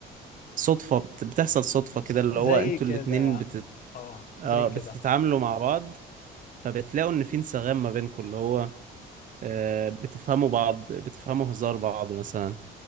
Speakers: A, on the right; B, on the left.
A: صدفه بت- بتحصل صدفه كده اللي
B: زي
A: هو انتوا
B: كده
A: الاتنين بتت...
B: اه
A: آه،
B: زي كده
A: بتتعاملوا مع بعض فبتلاقوا ان في انسجام ما بينكم اللي هو آه، بتفهموا بعض بتفهموا هزار بعض مثلا